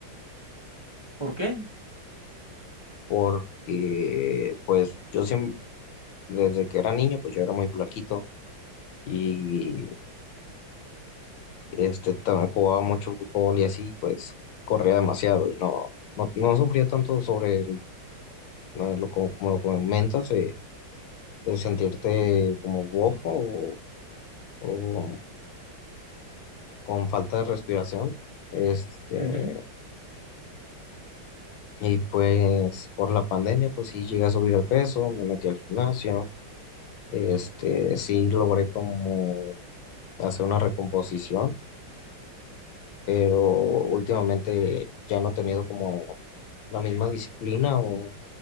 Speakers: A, on the right; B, on the left.
A: <laughs> ¿Por qué?
B: Porque pues yo siempre, desde que era niño, pues yo era muy flaquito y este, ta- jugaba mucho fútbol y así, pues corría demasiado y no, no, no sufría tanto sobre el- lo como, como lo comentas. eh, de sentirte como bofo o, o con falta de respiración. Este,
A: Ujú.
B: y pues por la pandemia, pues sí llegué a subir de peso, me metí al gimnasio, este, sí logré como hacer una recomposición, pero últimamente ya no he tenido como la misma disciplina o